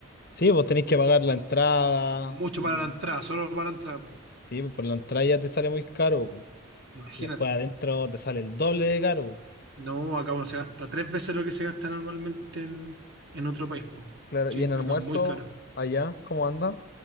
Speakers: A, on the left (about 45°); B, on the right (about 55°).
A: Sí, vos tenés que pagar la
B: mm,
A: entrada.
B: Mucho
A: y-
B: para la entrada, solo para la entrada.
A: Sí, pues por la entrada ya te sale muy caro. po.
B: Imagínate.
A: Y después adentro te sale el doble de caro. po.
B: No, acá uno se gasta tres veces lo que se gasta normalmente en, en otro país, po.
A: Claro,
B: Sí,
A: y en almuerzo,
B: acá es muy caro.
A: allá, ¿cómo anda?